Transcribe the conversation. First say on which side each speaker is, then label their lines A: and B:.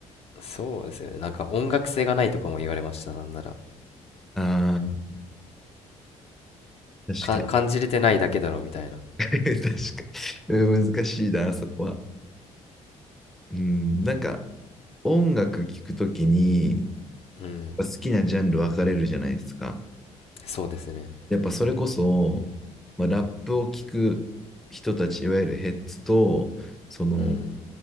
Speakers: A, on the left; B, in the centre.
A: ー、そうですよね。なんか音楽性がないとかも言われました。なんなら。
B: ああ、確かに。
A: か感じれてないだけだろみたいな。
B: <laughs> 確かに。うん難しいな、そこは。うん、なんか音楽聴くときに、
A: うん。
B: 好きなジャンル分かれるじゃないですか。
A: そうですね。
B: やっぱそれこそ、まあ、ラップを聴く人たち、いわゆるヘッズと、その
A: うん。